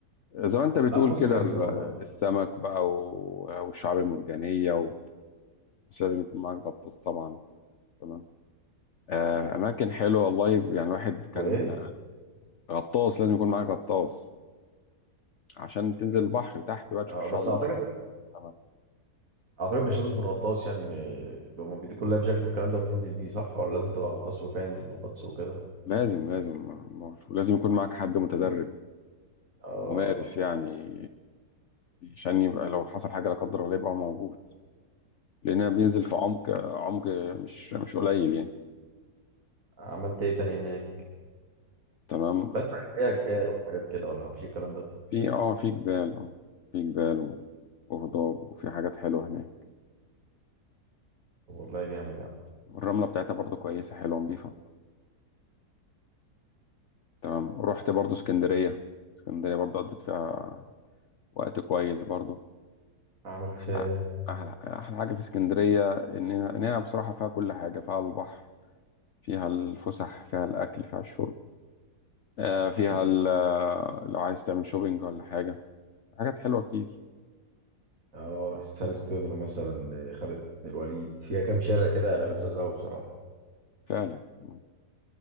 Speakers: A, on the left; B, on the right.
A: زي ما انت بتقول
B: لا مصر
A: كده
B: جميله
A: ال-
B: والله
A: السمك بقى و- والشعاب المرجانية و... بس لازم يكون معاك غطاس طبعا تمام آه أماكن حلوة والله يعني الواحد كان
B: وايه
A: غطاس لازم يكون معاك غطاس عشان تنزل البحر تحت بقى
B: آه
A: تشوف الشعاب
B: بس
A: المرجانية
B: اعتقد
A: والسمك
B: اعتقد مش لازم تكون غطاس يعني م- هما بيديكوا اللايف جاكيت والكلام ده وتنزل بيه صح ولا لازم تبقى غطاس وفاهم الغطس وكده
A: لازم لازم بقول. ولازم يكون معاك حد متدرب
B: اه
A: ممارس يعني عشان يبقى لو حصل حاجة لا قدر الله يبقى موجود لأنها بينزل في عمق عمق مش مش قليل يعني
B: عملت ايه تاني هناك
A: تمام
B: بس عن ايه جبال وحاجات كده ولا مفيش الكلام ده
A: في اه في جبال اه في جبال و- وهضاب وفي حاجات حلوة هناك
B: طب والله جامد يعني
A: والرملة بتاعتها برضو كويسة حلوة نظيفة تمام رحت برضو اسكندرية اسكندرية برضو قضيت فيها وقت كويس برضو
B: عملت فيها
A: أحلى
B: ايه
A: أحلى حاجة في اسكندرية إننا إننا بصراحة فيها كل حاجة فيها البحر فيها الفسح فيها الأكل فيها الشرب آه، فيها
B: اسكندريه
A: ال- آه، لو عايز تعمل شوبينج ولا حاجة حاجات حلوة كتير
B: اه سان ستيفانو مثلا خالد بن الوليد فيها كام شارع كده لذاذ قوي بصراحه
A: فعلا مم.